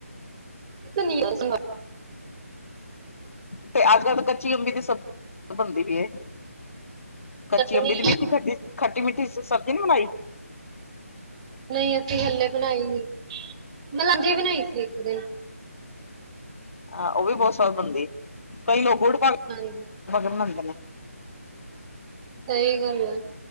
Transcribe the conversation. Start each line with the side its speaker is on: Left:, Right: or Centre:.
Right: ਨੀ <unintelligible>
Left: ਤੇ ਅੱਜ ਕੱਲ੍ਹ ਤਾਂ ਕੱਚੀ ਅੰਬੀ ਦੀ ਸਬਜ਼ੀ ਬਨਦੀ ਪੀ ਏ। ਕੱਚੀ
Right: ਚਟਨੀ
Left: ਅੰਬੀ ਦੀ ਮਿੱਠੀ ਖੱਟੀ ਖੱਟੀ ਮਿੱਠੀ ਸਬਜ਼ੀ ਨੀ ਬਨਾਈ।
Right: ਨਹੀਂ ਅਸੀਂ ਹੱਲੇ ਬਨਾਈ ਨੀ ਮੈਂ ਲਾਂਜੀ ਬਨਾਈ ਸੀ ਇੱਕ ਦਿਨ।
Left: ਹਾਂ ਉਹ ਵੀ ਬਹੁਤ ਸਵਾਦ ਬਨਦੀ ਏ ਕਈ ਲੋਕ ਗੁੜ ਪਾ
Right: ਹਾਂ। <unintelligible>
Left: ਬਗਰ ਬਨਾਂਦੇ ਨੇ
Right: ਸਹੀ ਗੱਲ ਆ